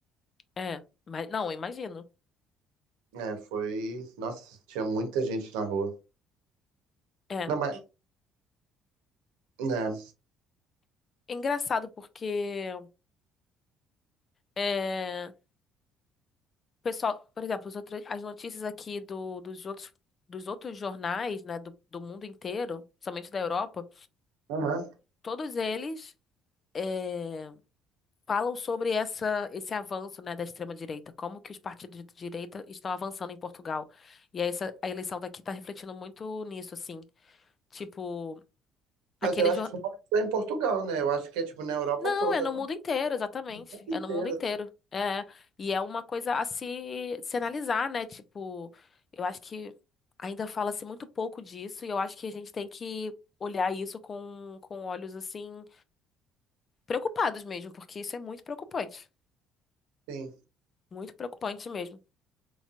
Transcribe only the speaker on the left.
É, mas não, eu imagino.
É.
É engraçado porque é, o pessoal, por exemplo, as outras, as notícias aqui do, dos outros, dos outros jornais, né, do, do mundo inteiro, somente da Europa,
todos eles é, falam sobre essa, esse avanço, né, da extrema-direita, como que os partidos de direita estão avançando em Portugal. E aí essa, a eleição daqui está refletindo muito nisso, assim. Tipo, aquele,
Não,
é no
mundo inteiro, exatamente.
É no mundo inteiro.
É. E é uma coisa a se, se analisar, né? Tipo, eu acho que ainda fala-se muito pouco disso e eu acho que a gente tem que olhar isso com, com olhos, assim, preocupados mesmo, porque isso é muito preocupante.
Muito preocupante mesmo.